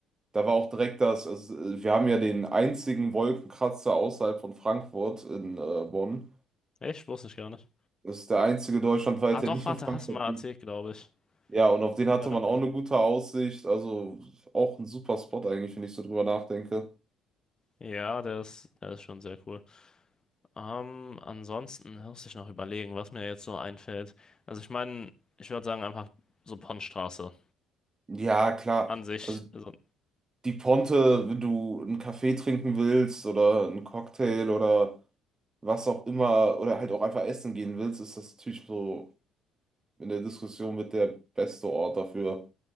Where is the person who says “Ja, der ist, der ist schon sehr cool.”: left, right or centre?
Left